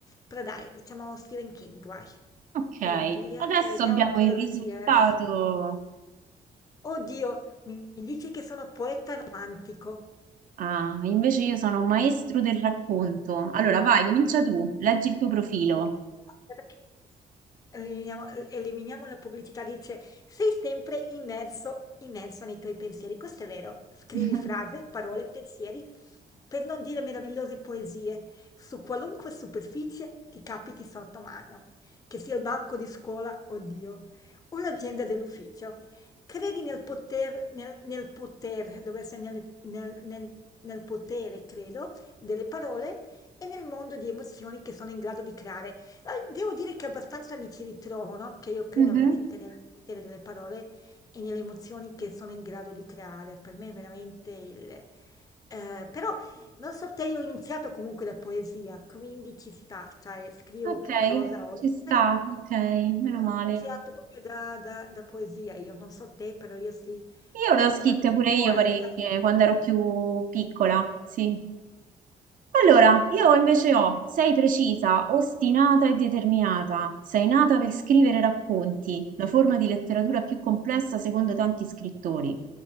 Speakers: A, on the left; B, on the right.
A: però dai, diciamo Stephen King, vai,
B: Ok,
A: in via
B: adesso
A: e vediamo
B: abbiamo
A: cosa
B: il risultato.
A: ci esce. Oddio, mi mi dici che sono poeta romantico.
B: Ah, invece io sono un maestro del racconto. Allora, vai, comincia tu, leggi il tuo profilo.
A: Perché eliminiamo, eliminiamo la pubblicità, dice, sei sempre immerso, immerso nei tuoi pensieri. Questo è vero. Scrivi
B: <laughs> Mhm,
A: frase, parole, pensieri, per non dire meravigliose poesie. Su qualunque superficie ti capiti sotto mano, che sia il banco di scuola, oddio, o l'agenda dell'ufficio. Credi nel poter, nel, nel poter, dovrebbe essere nel, nel- nel- nel potere, credo, delle parole e nel mondo di emozioni che sono in grado di creare. Eh, Devo dire che abbastanza mi ci ritrovo, no? Che io credo
B: mhm,
A: veramente nel potere delle parole e nelle emozioni che sono in grado di creare. Per me è veramente il... eh, però, non so, te, io ho iniziato comunque da poesia, quindi ci sta, cioè scrivo
B: Ok,
A: più prosa ora,
B: ci sta,
A: però,
B: ok, meno
A: però
B: male.
A: ho iniziato proprio da, da- da poesia. Io non so te, però io sì,
B: Io
A: ho
B: le
A: iniziato
B: ho scritte pure
A: come
B: io parecchie
A: poeta.
B: quando ero più piccola, sì. Allora, io invece ho, sei precisa, ostinata e determinata, sei nata per scrivere racconti, la forma di letteratura più complessa secondo tanti scrittori.